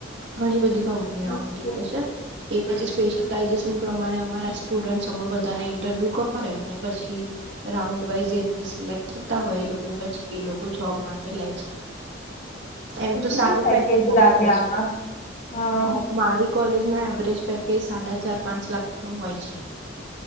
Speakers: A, on the right (about 65°); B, on the left (about 40°).
A: ઘણી બધી કંપનીઓ
B: ઓકે
A: આવતી હોય છે એ પછી સ્પેશલાઈજેશન પ્રમાણે અમારા સ્ટુડન્ટસ અમે બધાને ઇન્ટરવ્યુ કરે અને પછી રાઉન્ડ વાઈઝ સિલેક્ટ થતા હોય એ લોકોને પછી એ લોકો જોબ માટે લે છે. એમ તો
B: કેટલું
A: સારું પેકેજ આપે
B: લાગે આમાં
A: છે
B: હા
A: અહ મારી કોલેજમાં એવરેજ પેકેજ સાડા ચાર પાંચ લાખ નું હોય છે.